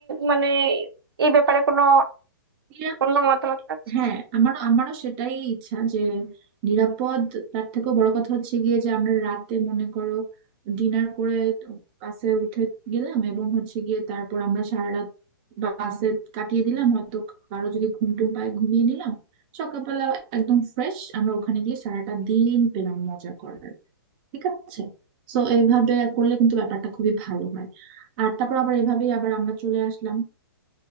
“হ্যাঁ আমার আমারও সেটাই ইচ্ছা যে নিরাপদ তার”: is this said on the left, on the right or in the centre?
Right